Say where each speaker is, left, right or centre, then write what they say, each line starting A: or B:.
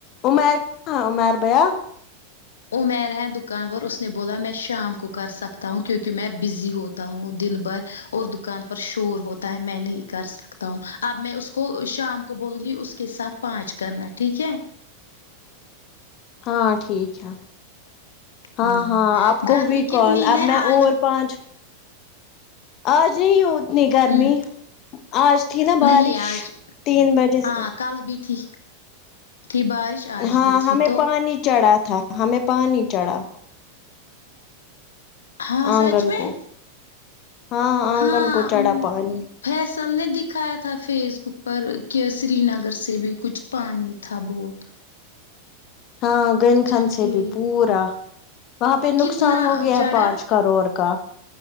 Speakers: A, on the left; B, on the left.
A: عمیر ہاں عمیر بھیا
B: عمیر ہے دکان پر اس نے بولا میں شام کو کر سکتا ہوں کیوںکہ میں بزی ہوتا ہوں دن بھر اور دکان پر شور ہوتا ہے میں نہیں کرسک تا ہوں اب میں اس کو شام کو بولوں گی اس کے ساتھ پانچ کرنا ٹھیک ہے
A: ہاں ٹھیک ہے ہاں
B: ہوں
A: ہاں آپ کو
B: گرمی
A: ہوئی
B: کتنی
A: کال اب
B: ہے
A: میں
B: آج
A: اور پانچ آج نہیں اتنی گرمی
B: ہوں
A: آج تھی نا بارش
B: نہیں آج
A: تین بجے
B: ہاں
A: سے
B: کل بھی تھی تھی بارش آج
A: ہاں
B: بھی تھی
A: ہمیں
B: تو
A: پانی چڑھا تھا ہمیں پانی چڑھا
B: ہاں
A: آنگن
B: سچ میں
A: کو ہاں آنگن
B: ہاں
A: کو چڑھا
B: امم
A: پانی
B: فیصل نے دکھایا تھا فیس بک پر کہ سری نگر سے بھی کچھ پانی تھا بہت
A: ہاں گن
B: اچھا
A: خھن
B: ٹھیک
A: سے بھی پورا وہاں پہ
B: کتنا
A: نقصان ہو گیا
B: چڑھا
A: پانچ کروڑ کا